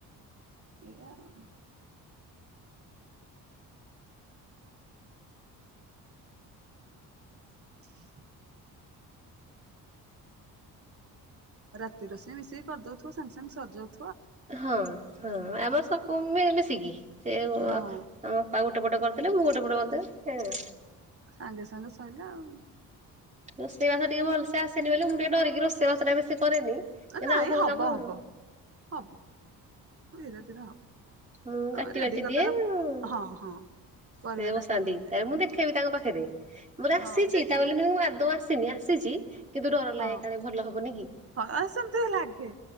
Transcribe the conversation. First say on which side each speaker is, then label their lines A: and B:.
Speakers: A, on the right; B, on the right.
A: ଏଇଆ ଆଉ। <unintelligible> ରାତି ରୋଷେଇ ମିଶେକି କରିଦଉଥିବ ସାଙ୍ଗେ ସାଙ୍ଗେ ସରିଯାଉ
B: ହଁ ହଁ ଆମର ସ‌ କୁ ମିଳି ମିଶିକି ସେ ମ
A: ହଁ।
B: ତା ବାପା ଗୋଟ ପଟେ କରିଦଲେ ମୁଁ ଗୋଟେ ପଟେ କରିଦେବି ହେ
A: ସାଙ୍ଗେ ସାଙ୍ଗେ ସଇଲା ଆଉ।
B: ରୋଷେଇ ବାସ ଟିକେ ଭଲସେ ଆସେନି ବୋଲି ମୁଁ ଟିକେ ଡରିକି ରୋଷେଇ ବାସଟା ବେଶି କରେନି କିନ୍ତୁ
A: ନାଇଁ
B: ଆଉ ସବୁ
A: ହବ
B: କାମ।
A: ହବ ହବ ଧୀରେ ଧୀରେ ହବ।
B: ମୁଁ
A: ତମେ
B: କାଟି
A: ରେଡି
B: ବାଟି
A: କରିଦେଲ
B: ଦିଏ ଉଁ।
A: ହଁ ହଁ। ପରିବାଟା
B: ସେ ବସାନ୍ତି
A: କାଟିଦେଲେ
B: ତାଏ ମୁଁ ଦେଖେବି ତାଙ୍କ ପାଖରେ ମୋତେ
A: ହଁ
B: ଆସିଛି
A: ଦେଖି
B: ତା ବୋଲି ନୁ ଏ ମୁଁ ଆଦୋଉଁ ଆସିନି ଆସିଛି। କିନ୍ତୁ ଡର
A: ହଁ
B: ଲାଗେ କାଳେ ଭଲ ହବନି କି।
A: ହଁ ସେମିତି ଲାଗେ